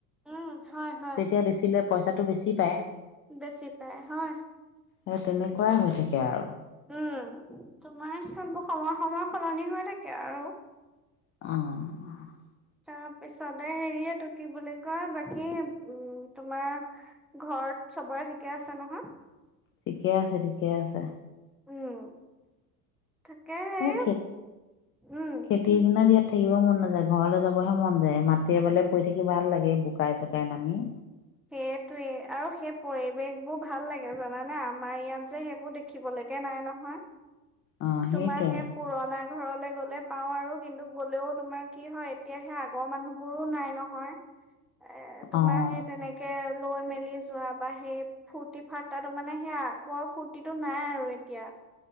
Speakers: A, in the centre; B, on the left.
A: উম, হয়, হয়।
B: তেতিয়া বেচিলে পইচাটো বেছি পায়।
A: বেছি পাই, হয়।
B: সেই তেনেকুৱাই হৈ থাকে আৰু।
A: উ, তোমাৰ চ সময় সময় সলনি হৈ থাকে আৰু।
B: অহ।
A: তাৰপিছতে হেৰিয়টো কি বুলি। কয় বাকী উ তোমাৰ ঘৰত চবৰে ঠিকে আছে নহয়।
B: ঠিকে আছে ঠিকে আছে।
A: উম, তাকে সেই
B: এ খে
A: উম।
B: খেতিৰ দিনা ইয়াতে। থাকিব মন নাযায় ঘৰলৈ যাবহে মন যায় মাি এ বলে পৰি থাকি ভাল লাগে বোকাই চোকাই নামি।
A: সেইটোৱে আৰু সেই পৰিৱেশ বোৰ ভাল লাগে জানানে আমাৰ ইয়াত যে সেইবোৰ দেখিব লাগে। কে নাই নহয়
B: অ' সেইটোৱে
A: তোমাৰ সেই পুৰণা ঘৰলে গলে পাও আৰু। কিন্তু গ'লেও তোমাৰ কি হয় এতিয়া সেই আগৰ মানুহবোৰো নাই নহয়। এ তোমাৰ
B: অ'
A: সেই তেনেকে। লৈ মেলি যোৱা বা সেই ফূৰ্তি ফাৰ্তা মানে সেই আগৰ ফূৰ্তিটো নাই আৰু এতিয়া। অ।